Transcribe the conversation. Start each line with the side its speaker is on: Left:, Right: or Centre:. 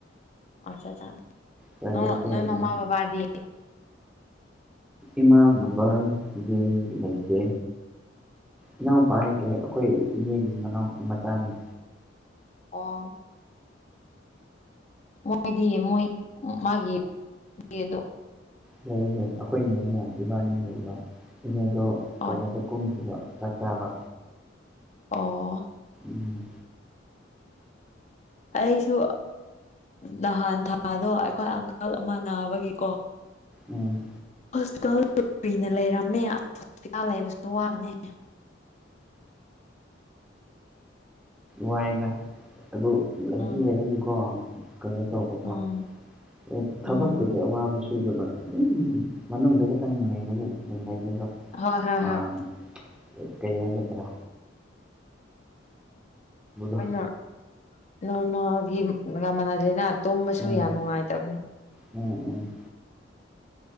Left: ꯑꯆꯥ ꯆꯥ
Centre: ꯄ꯭ꯔꯥꯏꯚꯦꯠꯇ
Left: ꯅꯪ
Centre: ꯑꯣꯏꯕꯅꯦ
Left: ꯅꯣꯏ ꯃꯃꯥ ꯕꯥꯕꯗꯤ
Centre: ꯏꯃꯥ ꯕꯥꯕꯗꯤ ꯂꯩꯇꯦ ꯏꯅꯥꯎꯄꯥ ꯍꯥꯏꯁꯦ ꯑꯩꯈꯣꯏ ꯏꯅꯑꯦꯒꯤ ꯃꯅꯥꯎ ꯃꯆꯥꯅꯤ
Left: ꯑꯣ ꯃꯣꯏꯗꯤ ꯃꯣꯏ ꯃꯥꯒꯤ <unintelligible>
Centre: ꯂꯩꯔꯤꯕ ꯑꯩꯈꯣꯏꯅꯦꯅꯦ ꯏꯕꯥꯅꯤ ꯂꯩꯕ ꯏꯅꯦꯗꯣ
Left: ꯑꯣ
Centre: ꯀꯩꯅꯣꯗ ꯀꯨꯝ ꯀꯨꯝꯒꯤꯕ ꯆꯥꯛ ꯆꯥꯕꯥ
Left: ꯑꯣ
Centre: ꯎꯝ
Left: ꯑꯩꯁꯨ ꯅꯍꯥꯟ ꯊꯥꯗꯣ ꯑꯩꯈꯣꯏ ꯑꯪꯀꯜ ꯑꯃ ꯅꯥꯕꯒꯤꯀꯣ
Centre: ꯎꯝ
Left: ꯍꯣꯁꯄꯤꯇꯥꯜ ꯀꯨꯏꯅ ꯂꯩꯔꯝꯃꯦ ꯑ ꯍꯣꯁꯄꯤꯇꯥꯜ ꯂꯩꯕꯁꯨ ꯋꯥꯕꯅꯦ
Centre: ꯋꯥꯏꯗ ꯑꯗꯨ ꯂꯩꯗꯤ
Left: ꯎꯝ
Centre: ꯂꯩꯔꯗꯤ ꯀꯣ ꯀꯩꯅꯣ ꯇꯧꯕꯀꯣ
Left: ꯎꯝ
Centre: ꯑꯣ ꯊꯕꯛꯄꯨꯗꯤ
Left: ꯎꯝ
Centre: ꯑꯋꯥꯕꯁꯨ ꯁꯨꯗꯕ ꯑꯗꯨꯝ ꯃꯅꯨꯡꯗ ꯈꯥꯇꯪ ꯂꯩꯕꯒꯤ ꯑꯗꯨꯝ ꯂꯩꯕꯒ
Left: ꯍꯣꯏ ꯍꯣꯏ
Centre: ꯑꯥ
Left: ꯍꯣꯏ
Centre: ꯀꯩ ꯀꯩ ꯍꯥꯏꯒꯗꯔꯥ
Left: ꯍꯣꯏ
Centre: <unintelligible>
Left: ꯅꯣꯔꯃꯦꯜꯒꯤꯒ ꯃꯥꯟꯅꯗꯦꯅꯥ ꯇꯨꯝꯕꯁꯨ
Centre: ꯎꯝ
Left: ꯌꯥꯝ ꯅꯨꯡꯉꯥꯏꯇꯕꯅꯦ
Centre: ꯎꯝ ꯎꯝ